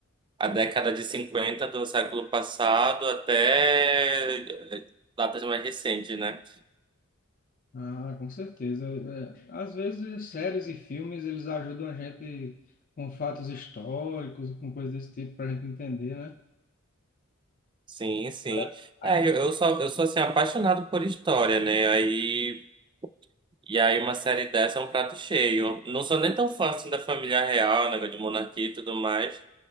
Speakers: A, on the right; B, on the left.
A: a década de 50 do século passado até eh, datas mais recentes, né?
B: Ah, com certeza. É, às vezes, séries e filmes, eles ajudam a gente com fatos históricos, com coisas desse tipo, para a gente entender, né?
A: Sim, sim.
B: Agora, a-
A: É, eu, eu sou, eu sou assim, apaixonado por história, né? Aí, e aí uma série dessa é um prato cheio. Não sou nem tão fã assim da família real, negócio de monarquia e tudo mais,